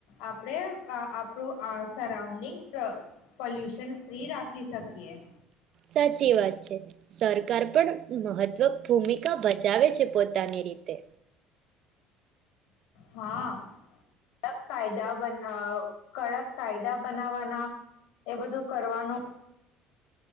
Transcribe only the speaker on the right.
સાચી વાત સરકાર પણ મહત્વ ભૂમિકા ભજાવે છે પોતાની રીતે.